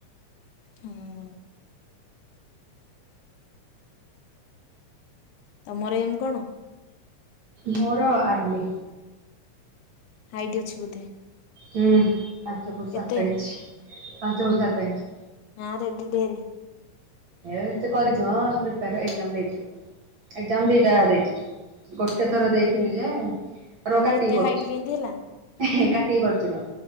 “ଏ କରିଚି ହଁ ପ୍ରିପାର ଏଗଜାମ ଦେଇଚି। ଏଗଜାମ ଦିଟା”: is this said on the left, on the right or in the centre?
Right